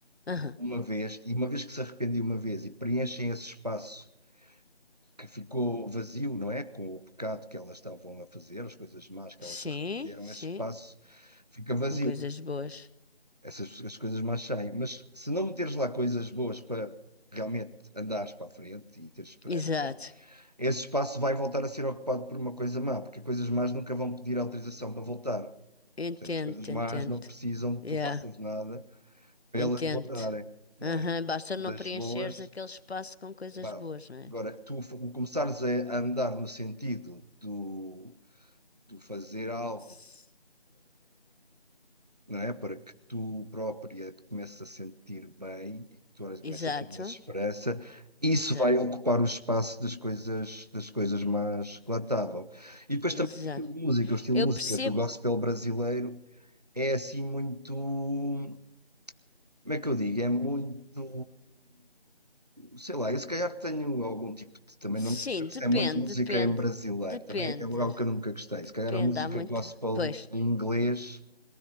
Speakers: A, on the left; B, on the right.
A: Aham.
B: uma vez, e uma vez que se arrependem uma vez e preenchem esse espaço que ficou vazio, não é? Com o pecado que elas estavam a fazer, as coisas más que
A: Sim,
B: elas se arrependeram,
A: sim.
B: esse espaço fica vazio
A: Com coisas boas.
B: essas as coisas mais saem. Mas se não meteres lá coisas boas para realmente andares para a frente e teres esperança,
A: Exato.
B: esse espaço vai voltar a ser ocupado por uma coisa má, porque coisas más nunca vão pedir autorização para voltar. Ou
A: Entendo,
B: seja, as coisas
A: entendo.
B: más não precisam que
A: Yeah,
B: tu faças nada para
A: entendo.
B: elas voltarem, não
A: Aham.
B: é?
A: Basta
B: Mas
A: não
B: as
A: preencheres
B: boas,
A: aquele espaço com coisas
B: pá,
A: boas, não é?
B: agora que tu f- começares a a andar no sentido do, do fazer algo.
A: S-
B: não é? Para que tu própria te comeces a sentir bem, que tu olhas e
A: Exato.
B: comeces a ter mais esperança, isso
A: Exato.
B: vai ocupar o espaço das coisas, das coisas más que lá estavam. E depois
A: Exato.
B: também o estilo de música, o estilo
A: Eu
B: de música
A: percebo.
B: do gospel brasileiro é assim muito, como é que eu digo? É muito, sei lá, eu se calhar tenho algum tipo de, também
A: Sim,
B: não
A: depende,
B: é muito música
A: depende,
B: em brasileiro,
A: depende.
B: também é algo que eu nunca gostei,
A: Depende,
B: se calhar a música
A: há muito.
B: gospel
A: Pois,
B: em inglês